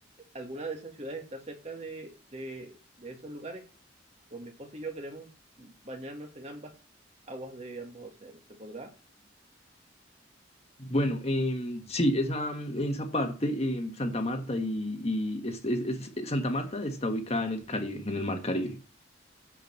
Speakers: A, on the right; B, on the left.
A: ¿Alguna de esas ciudades está cerca de, de, de esos lugares? Con mi esposa y yo queremos bañarnos en ambas aguas de ambos océanos. ¿Se podrá?
B: Bueno, em, sí, esa, esa parte, em, Santa Marta y, y es- es- es- Santa Marta está ubicada en el Caribe, en el Mar Caribe.